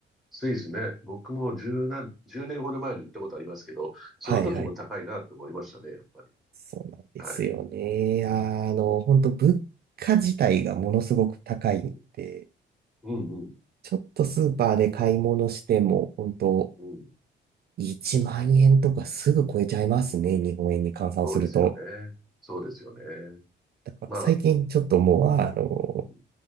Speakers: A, in the centre; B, on the right (about 50°).
A: スイスね。僕も十何、10年ほど前に行ったことありますけど、その時も高いなと思いましたね、
B: はいはい。
A: やっぱり。
B: そうなんですよね。
A: はい。
B: あの、本当物価自体がものすごく高いんで、
A: うん。うん、うん、
B: ちょっとスーパーで買い物しても、本当
A: うん。
B: 1万円とかすぐ超えちゃいますね、
A: うん
B: 日本円に換算すると。
A: そうですよね。そうですよね。
B: だから最近ちょっともう、
A: まあ、うん、
B: あの、
A: うん、